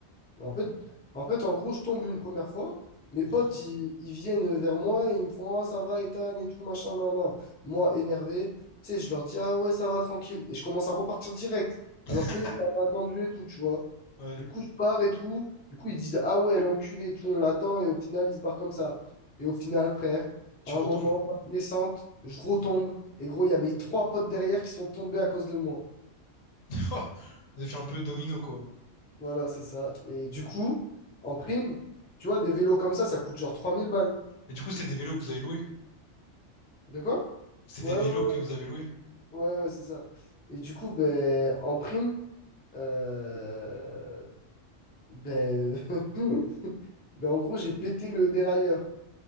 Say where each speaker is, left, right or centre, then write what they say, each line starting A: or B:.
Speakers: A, on the left; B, on the left.
A: Bah, En fait, en fait, en gros, je tombe une première fois. Mes
B: <laughs>
A: potes, ils, ils viennent vers moi et ils me font Ah, ça va, Ethan, et tout, machin, nan, nan. Moi, énervé, tu sais, je leur dis Ah ouais, ça va, tranquille. Et je commence à repartir direct. Alors
B: Mhm.
A: qu'eux, ils m'avaient attendu et tout, tu vois.
B: ouais,
A: Du coup, je pars et tout. Du coup, ils disent Ah ouais, l'enculé et tout, on l'attend. Et au final, ils se barrent comme ça. Et au final, frère,
B: tu
A: à un
B: retombes.
A: moment, descente, je retombe.
B: Mhm.
A: Et gros, il y a mes trois potes derrière qui sont tombés à cause de moi.
B: <laughs> Oh, vous avez fait un peu domino, quoi.
A: Voilà, c'est ça. Et du coup, en prime, tu vois, des vélos comme ça, ça coûte genre 3000 balles.
B: Mais du coup, c'est des vélos que vous avez loués.
A: De quoi?
B: C'est
A: Ouais,
B: des vélos
A: ouais,
B: que vous avez loués.
A: ouais, ouais, ouais, c'est ça. Et du coup, ben, en prime, euh, ben, <laughs> ben, en gros, j'ai pété le dérailleur.